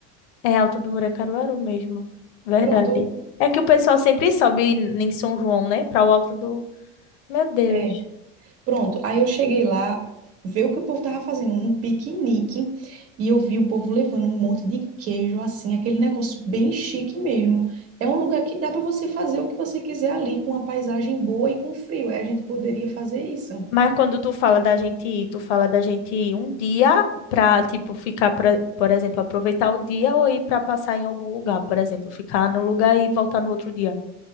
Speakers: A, on the left (about 80°); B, on the right (about 45°).
A: É Alto do Moura é Caruaru mesmo. Verdade.
B: Pronto,
A: É que o pessoal sempre sobe em São João, né? Para o Alto do. Meu Deus.
B: é. Pronto, aí eu cheguei lá, ver o que o povo tava fazendo, um piquenique, e eu vi o povo levando um monte de queijo, assim, aquele negócio bem chique mesmo. É um lugar que dá para você fazer o que você quiser ali, com uma paisagem boa e com frio. Aí a gente poderia fazer isso.
A: Mas quando tu fala da gente ir, tu fala da gente ir um dia pra, tipo, ficar, pra, por exemplo, aproveitar o dia ou ir pra passar em algum lugar, por exemplo, ficar num lugar e voltar no outro dia.